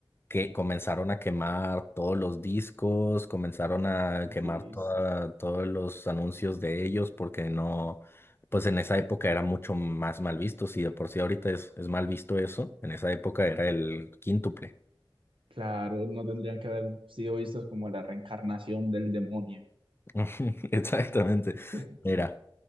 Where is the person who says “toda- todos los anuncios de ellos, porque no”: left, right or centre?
Left